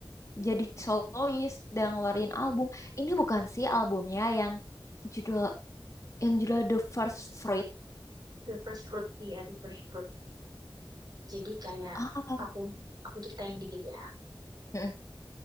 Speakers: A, on the left; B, on the right.
A: jadi solois dan ngeluarin album. Ini bukan sih albumnya yang judul yang judul The First Fruit.
B: the first fruit iya the first fruit. Jadi kayak
A: Ah,
B: aku aku ceritain dikit ya.
A: mm-mm,